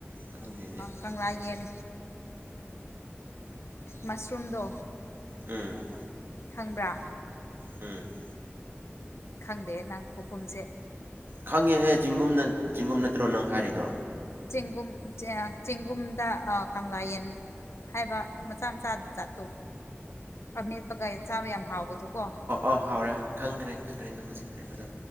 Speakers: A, on the right; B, on the left.
A: ꯈꯪꯗꯦꯅꯦ
B: ꯀꯪꯂꯥ ꯌꯦꯟ ꯃꯁꯔꯨꯝꯗꯣ
A: ꯎꯝ
B: ꯈꯪꯕ꯭ꯔꯥ꯫
A: ꯎꯝ
B: ꯈꯪꯗꯦ ꯅꯪ ꯈꯨꯈꯨꯝꯁꯦ
A: ꯈꯪꯉꯦꯍꯦ ꯆꯤꯡꯒꯨꯝꯅ ꯆꯤꯡꯒꯨꯝ ꯅꯠꯇ꯭ꯔꯣ ꯅꯪ ꯍꯥꯏꯔꯤꯗꯣ
B: ꯆꯦꯡꯒꯨꯝ <unintelligible> ꯆꯦꯡꯒꯨꯝꯗ ꯀꯪꯂꯥꯌꯦꯟ ꯍꯥꯏꯕ ꯃꯆꯥ ꯃꯆꯥꯗ ꯖꯥꯠꯇꯨ ꯑꯃꯦꯠꯄꯒ ꯆꯥꯕ ꯌꯥꯝ ꯍꯥꯎꯕꯗꯨ ꯀꯣ꯫
A: ꯑ ꯍꯥꯎꯔꯦ ꯈꯪꯈ꯭ꯔꯦ ꯈꯪꯈ꯭ꯔꯦ ꯅꯪ ꯍꯧꯖꯤꯛ ꯍꯥꯏꯕꯗꯣ